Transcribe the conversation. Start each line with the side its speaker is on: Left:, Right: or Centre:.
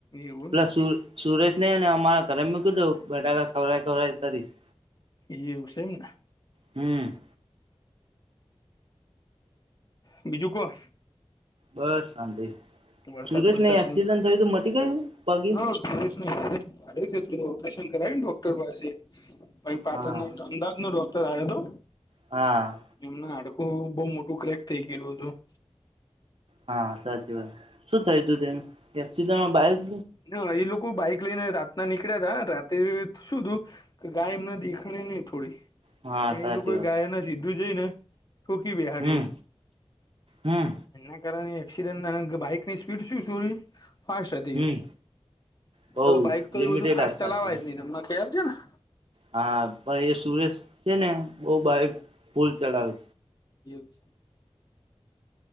Left: એવું
Right: પેલા સુ સુરેશને હેને અમારા ઘરે મૂકી દો બટાકા ખવરાઈ ખવરાઈ કરીશ.
Left: એવું સે એમ ને.
Right: હમ્મ.
Left: બીજું કો.
Right: બસ શાંતિ
Left: વરસાદ
Right: સુરેશનને
Left: વરસાદ
Right: એક્સિડન્ટ થયું તો મટી ગયું. પગે
Left: હા સુરેશને એકસીડન્ટ ભારે થયો હતો ઓપરેશન કરાયુ ને ડોક્ટર પાસે. પહી પાટણ
Right: હા.
Left: નઈ તો અમદાવાદનો ડોક્ટર આયો તો.
Right: હા.
Left: એમનું હાડકું બહુ મોટું ક્રેક થઇ ગયેલું હતું.
Right: હા સાચી વાત
Left: હતું
Right: શું થયું તું તે એકસીડન્ટમાં બાઈક
Left: ના એ લોકો બાઈક લઈને રાતના નીકળ્યા તા રાતે શું તું કે ગાય એમને દેખાણી નહી થોડી.
Right: હા
Left: એ
Right: સાચી
Left: લોકો
Right: વાત
Left: ગાયના સીધું જઈને ઠોકી બેહાડી
Right: હમ
Left: એમ.
Right: હમ
Left: એના કારણે એકસીડન્ટ બાઈકની સ્પીડ શું. ફાસ્ટ હતી,
Right: હમ બઉ
Left: અ તો બાઈક તો
Right: લિમિટેડ
Left: એ બધું ફાસ્ટ
Right: આપતા
Left: ચલાવા
Right: છે.
Left: જ નહી તમને. ખ્યાલ છે ને.
Right: હા પણ એ સુરેશ છે ને બહુ બારીક ફૂલ ચલાવે.
Left: એવું.